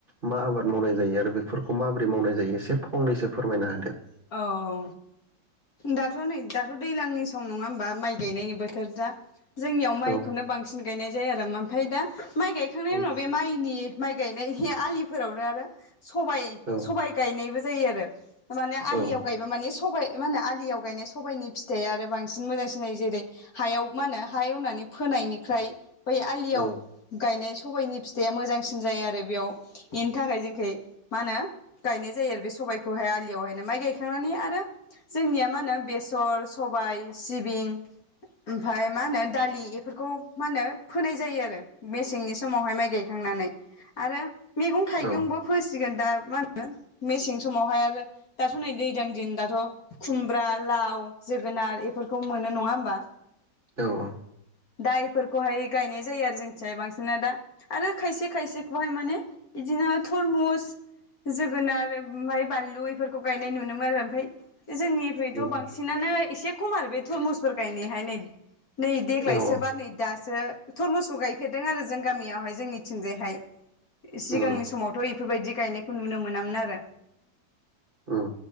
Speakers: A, on the right; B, on the left.
A: मा आबाद मावनाय जायो आरो बेफोरखौ माबोरै मावनाय जायो एसे फंनैसो फोरमायना होदो
B: औ औ दाथ' नै दाथ' दैज्लांनि सम नङा होमबा माइ गानायनि बोथोर दा जोंनियाव माइखौनो
A: होदो उम
B: बांसिन गायनाय जायो आरो ओमफ्राय दा माइ गायखांनायनि
A: उम
B: उनाव बे माइनि माइ गायनाय आलिफोरावनो आरो सबाय
A: औ
B: सबाय गायनायबो जायो आरो माने आलियाव
A: औ
B: गयबा माने स सबाइ मा होनो आलियाव गायनाय सबायाइनि फिथाइआ आरो बांसिन मोजांसिन जायो जेरै हायाव मा होनो हा एवनानै फोनायनिफ्राय बै आलियाव
A: औ
B: गायनाय सबायाइनि फिथाइया मोजांसिन जायो आरो बेयाव बेनि थाखाय जोंनिखै मा होनो गायनाय जायो आरो बे स सबायाइखौहाय आलियावहाय माइ गायखांनानै आरो जोंनिया मा होनो बेसर सबाय सिबिं ओमफाय मा होनो दालि एफोरखौ मा होनो फोनाय जायो आरो मेसेंनि समावहाय माइ गायखांनानै आरो मैगं थाइगंबो
A: औ
B: फोसिगोन दा मा होनो मेसें समावहाय आरो दाथ' नै दैज्लां दिन दाथ' खुमब्रा लाव जोगोनार बेफोरखौ मोनो नङा होमबा
A: औ औ
B: दा बेफोरखौहाय गायनाय जायो आरो जोंनिथिंजाय बांसिनानो दा आरो खायसे खायसेखौहाय माने बिदिनो थरमुस जोगोनार ओमफ्राय बानलु बेफोरखौ गायनाय नुनो मोनो आरो ओमफ्राय जोंनिखैथ'
A: उम
B: बांसिनानो एसे खम आरो बे थुरमुसफोर गायनायाहाय नै नै देग्लाय
A: औ औ
B: नै दासो थरमुसखौ गायफेरदों आरो जों गामियावहाय जोंनिथिंजायहाय सिगांनि
A: उम
B: समावथ' इफोरबायदि गायनायखौ नुनो मोनामोन आरो
A: उम